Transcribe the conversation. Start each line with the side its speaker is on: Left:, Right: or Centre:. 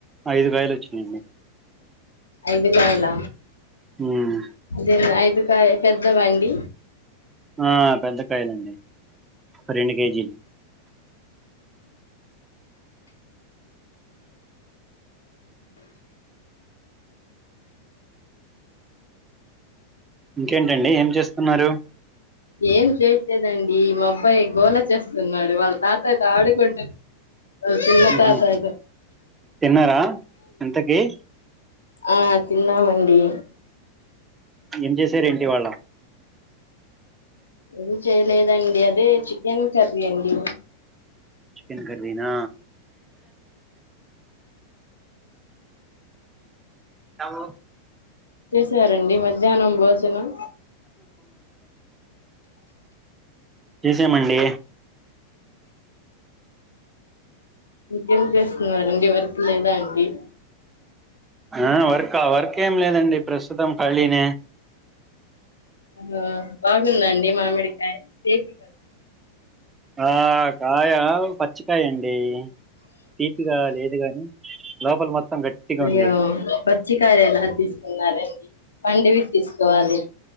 Right: ఐదు గాయలు వచ్చినాయండి
Left: ఐదుకాయల
Right: మ్మ్
Left: అదే ఐదు <unintelligible> పెద్దవండి
Right: ఆ పెద్దకాయలాండి రెండు కేజీలు ఇంకేంటండి ఏం చేస్తున్నారు
Left: ఏం చేయట్లేదండి, మా అబ్బాయి గోళ చేస్తున్నాడు వాళ్ళ తాతయతో ఆడుకుంటు వాళ్ళ చిన్న
Right: మ్మ్
Left: తాతయ్యతో
Right: హు తిన్నారా ఇంతకి
Left: ఆ తిన్నామండి
Right: ఏం చేసారు ఏంటి ఇవాళ
Left: ఏమి చేయలేదండి అదే చికెన్ కర్రి అండి
Right: చికెన్ కర్రీనా ఆవు
Left: చేసారండి మధ్యానం భోజనం
Right: చేసామండి
Left: ఇంకేం చేస్తున్నారండి వర్క్ లేదా అండి
Right: ఆ వర్క్ వర్క్ ఏం లేదండి ప్రస్తుతం ఖాళీనే
Left: ఆ బాగుందండి మామిడికాయ టెస్ట్
Right: ఆ కాయ పచ్చికయ అండి తీపిగా లేదు గాని లోపల మొత్తం గట్టిగా
Left: అయ్యో
Right: ఉంది
Left: పచ్చికాయా ఎలా తీసుకున్నారండి పండవి తీసుకోవాలి